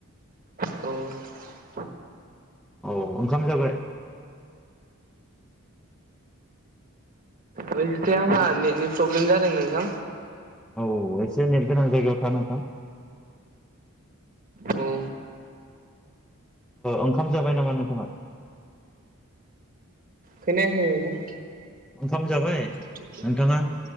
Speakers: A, on the right; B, in the centre.
A: औ
B: औ ओंखाम जाबाय?
A: ओ इसे आंहा नेटनि प्रब्लेम जादों नोंथां।
B: औ एसे नेट गोनां जायगायाव था नोंथां।
A: औ
B: ओंखाम जाबाय नामा नोंथाङा।
A: खोनायाखै नोंथां।
B: औखाम जाबाय?
A: द
B: नोंथाङा
A: <inaudible>